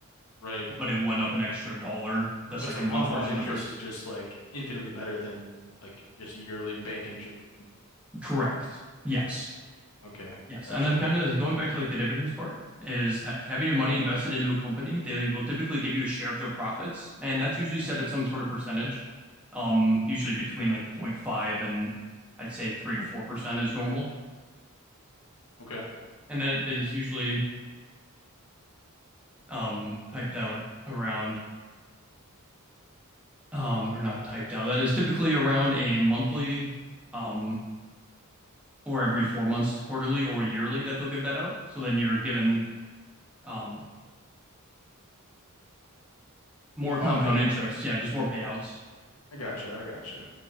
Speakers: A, on the left; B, in the centre.
A: Right.
B: but it went up an extra dollar the second
A: What so compound
B: month versus
A: interest
B: the first.
A: is just like infinitely better than like just yearly bank interest. Mm,
B: Correct. Yes.
A: Okay.
B: Yes,
A: Gotcha.
B: and then kind of going back to like the dividends part is ha having your money invested into a company. They will typically give you a share of their profits, and that's usually set at some sort of percentage, um, usually between like zero point 0.5 and I'd say three to four percent is normal,
A: Okay.
B: and that is usually um, typed out around um, or not typed out. That is typically around a monthly um, or every four months, quarterly or yearly that they'll give that out. So then you're given um, more compound
A: No, I think I,
B: interest, yeah, just more payouts.
A: I gotcha. I gotcha.